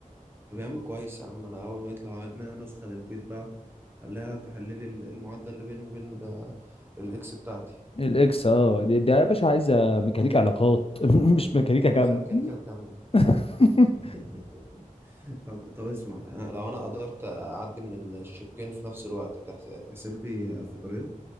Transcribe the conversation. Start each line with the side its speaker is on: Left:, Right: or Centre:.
Right: طب يا عم كويس يا عم انا اول ما يطلع منها نسخه للبيت بقى خليها تحل لي ال- المعادله اللي بيني وبين آه، الاكس بتاعتي
Left: الاكس اه دي دي يا باشا عايزه ميكانيكا علاقات <laughs> مش ميكانيكا كم
Right: اذا ميكانيكال كام
Left: <laughs>
Right: <laughs> طب طب اسمع أنا لو انا قدرت اعدي من الشقين في نفس الوقت تحس- تحسب لي آه، فطرين